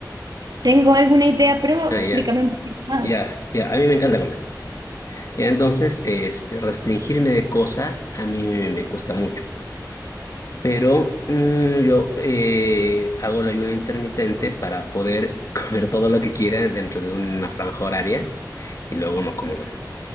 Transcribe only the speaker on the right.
tengo alguna idea, pero
explícame
un poquito más.